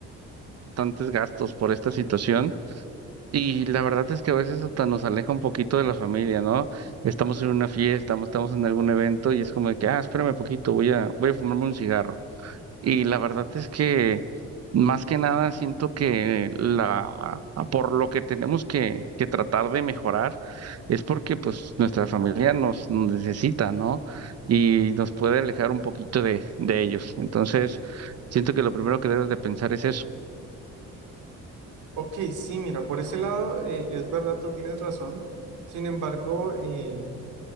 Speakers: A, on the right (about 55°); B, on the right (about 80°).
A: bastantes gastos por esta situación y la verdad es que a veces hasta nos aleja un poquito de la familia, ¿no? Estamos en una fiesta, estamos en algún evento y es como de que, ah, espérame poquito, voy a, voy a fumarme un cigarro. Y la verdad es que más que nada siento que la por lo que tenemos que, que tratar de mejorar es porque pues nuestra familia nos, nos necesita, ¿no? Y nos puede alejar un poquito de, de ellos. Entonces, siento que lo primero que debes de pensar es eso.
B: Ok, sí, mira, por ese lado eh, es verdad, tú tienes razón. Sin embargo, eh,